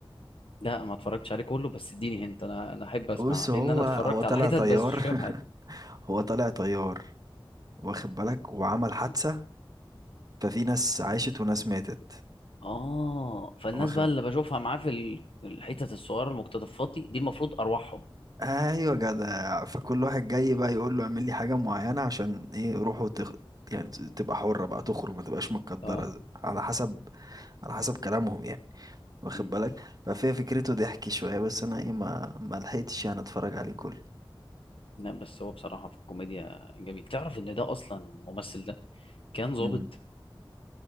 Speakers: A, on the left; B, on the right.
A: لا ما اتفرجتش عليه كله بس اديني هنت انا انا احب اسمع
B: بص
A: لان
B: هو
A: انا اتفرجت
B: هو طلع
A: على حتت
B: طيار
A: بس مش فاهم حاجه
B: <laughs> هو طلع طيار واخد بالك وعمل حادثة
A: مم.
B: ففي ناس عاشت وناس ماتت
A: اه فالناس
B: واخد
A: بقى اللي بشوفها معاه في ال- الحتت الصغيره المقتطفات دي دي المفروض ارواحهم
B: ايوه جدع فكل واحد جاي بقى يقول له اعمل لي حاجة معينة عشان ايه روحه تخ... يعني ت- تبقى حرة بقى تخرج ما تبقاش متقدرة
A: اه
B: على حسب على حسب كلامهم يعني واخد
A: مم.
B: بالك ففي فكرته ضحك شوية بس انا ايه ما ما لحقتش يعني اتفرج عليه كله
A: لا بس هو بصراحه في الكوميديا جميل تعرف ان ده اصلا الممثل ده كان ضابط
B: مم.